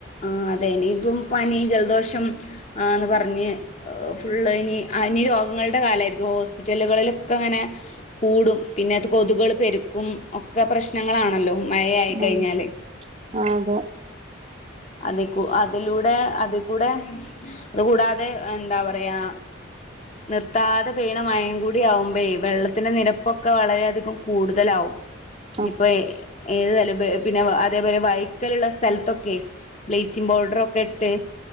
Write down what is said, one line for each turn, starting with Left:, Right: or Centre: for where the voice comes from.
Left: ആഹ് അതെ ഇനി ഇപ്പം പനി ജലദോഷം ആന്ന് പറഞ്ഞ് ഫുള്ള് ഇനി ആ ഇനി രോഗങ്ങളുടെ കാലമായിരിക്കും ഹോസ്പിറ്റലുകളിലൊക്കെ അങ്ങനെ കൂടും പിന്നെ അത് കൊതുകള് പെരുക്കും ഒക്കെ പ്രശ്നങ്ങളാണല്ലോ മഴയായി കഴിഞ്ഞാല്.
Right: ഉം ആഹ് തെ
Left: അതികൂ അതിലൂടെ അതി കൂടെ അത് കൂടാതെ എന്താ പറയാ നിർത്താതെ പെയ്യണ മഴയും കൂടി ആകുമ്പോയേ വെള്ളത്തിന്റെ നിരപ്പൊക്കെ വളരെയധികം കൂടുതലാവും
Right: <inaudible>
Left: ഇപ്പോ ഏത് തലം പിന്നെ അതേപോലെ വൈക്കലുള്ള സ്ഥലത്തൊക്കെ. ബ്ലീച്ചിങ് പൗഡറൊക്കെ ഇട്ട്